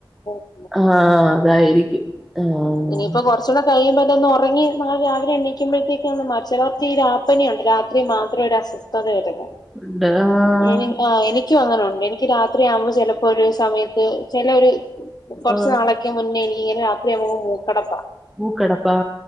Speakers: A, on the left; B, in the centre.
A: <unintelligible>
B: ആഹ് അതായിരിക്കും ആഹ്
A: ഇനിയിപ്പൊ കൊറച്ച് ച്ചൂടേ കഴിയുമ്പോ അതൊന്ന് ഒറങ്ങി നാള രാവിലെ എണുമ്പഴത്തേക്ക് മാ ചെലർക്കീ ഈ രാപ്പനുണ്ട് രാത്രി മാത്രം ഒരു അസു ത്തതേവരുന്ന
B: ഉണ്ട് ആഹ്
A: എനി ആഹ് എനിക്കും അങ്ങനെ ഉണ്ട് എനിക്ക് രാത്രിയാവുമ്പോ ചെലപ്പോ ഒരു സമയത്ത് ചെലേ ഒരു കൊറച്ചു
B: ആഹ്
A: നാളൊക്കെ മുന്നേ എനിക്ക്ങ്ങനെ രാത്രിയാവുമ്പ മൂക്കടപ്പാ
B: മൂക്കടപ്പാ